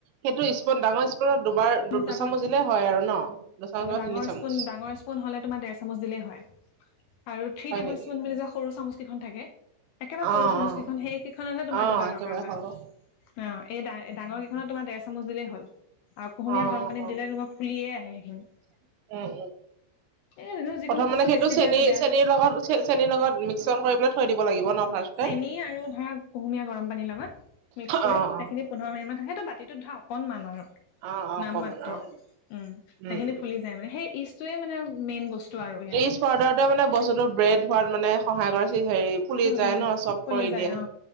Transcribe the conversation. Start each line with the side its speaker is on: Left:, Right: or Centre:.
Right: সেইটো স্পুন ডাঙৰ স্পুনত দুবাৰ দু-
Left: হিচাপত
Right: দুচামুচ দিলে হয় আৰু ন। দুচামুচ বা
Left: ডাঙৰ
Right: তিনি চামুচ
Left: স্পুন, ডাঙৰ স্পুন হ'লে তোমাৰ ডেৰ চামুচ দিলেই হয়। আৰু থ্ৰী
Right: হয়
Left: টেবুল
Right: নেকি?
Left: স্পুন বুলি যে সৰু চামুচ কিখন থাকে। একেবাৰে
Right: অ',
Left: সৰু চামুচ
Right: অ',
Left: কেইখন, সেইকেইখনতহে তোমাৰ
Right: অ',
Left: দুবাৰ
Right: একেবাৰে
Left: দৰকাৰ হয়।
Right: খাব অ',
Left: অ', এই ডাঙৰ কেইখনত তোমাৰ ডেৰ চামুচ দিলেই হ'ল। আৰু কুহুমীয়া
Right: অ'। উম,
Left: গৰম পানীত দিলে, তোমাৰ ফুলিয়ে আহে সেইখিনি।
Right: উম, উম।
Left: এ এনেও যিকোনো
Right: প্ৰথম
Left: বস্তু
Right: মানে সেইটো
Left: বেছি
Right: চেনী
Left: দিয়াটো বেয়া
Right: চেনীৰ লগত চেনীৰ লগত মিশ্ৰণ কৰি পেলাই থৈ দিব লাগিব ন। ফাৰ্ষ্টে।
Left: চেনি আৰু ধৰা কুহুমীয়া গৰম পানীৰ লগত। মিক্স কৰি
Right: অ',
Left: সেইখিনি
Right: অ',
Left: পোন্ধৰ মিনিটমান থাকে। সেইটো বাতিটোত ধৰা অকণমান আৰু।
Right: অ', অ',
Left: নামমাত্ৰ
Right: কমন আৰু
Left: উম, সেইখিনি
Right: উম।
Left: ফুলি যায় মানে সেই ইষ্ট টোৱে মানে মেইন বস্তু আৰু
Right: ত্ৰিশ
Left: ইয়াত।
Right: পাউদাৰটোৱে মানে বস্তুটো ব্ৰেড হোৱাত মানে সহায় কৰে, সি হেৰি ফুলি যায়
Left: উম
Right: ন' চ'ব
Left: ফুলি
Right: কৰি
Left: যায়
Right: দিয়ে।
Left: অ